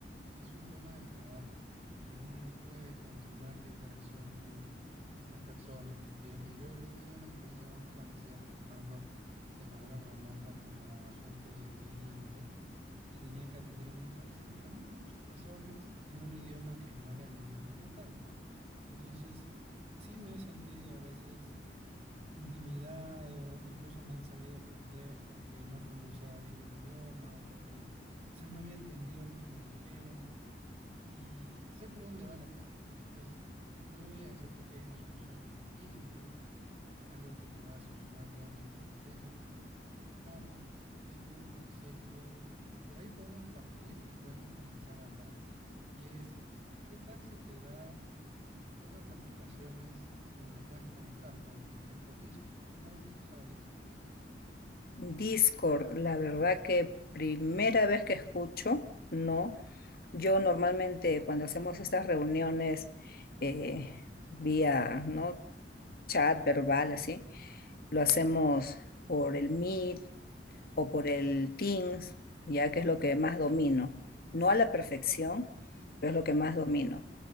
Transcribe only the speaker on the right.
es un tema de trabajo y uno no puede controlar la interacción con estas personas que tienes. Yo, yo he tenido una experiencia muy parecida trabajando de manera remota como agente bilingüe y tenía que atender en un call center a muchas personas en un idioma que no era mi idioma natal. Entonces, sí me he sentido a veces eh, intimidado, incluso me han sabido ofender porque no pronunciaba bien el idioma o porque quizás no había entendido lo que me dijeron y sé por dónde va la cosa. Entonces, no voy a decirte que hay una solución infalible, eh, algo que te va a solucionar, digamos, este problema. Sin embargo, tengo un consejo que por ahí podemos partir y podemos comenzar a hablar. Y es, ¿qué tal se te da otras aplicaciones donde puedas conectar, como por ejemplo Discord? ¿Alguna vez has usado Discord?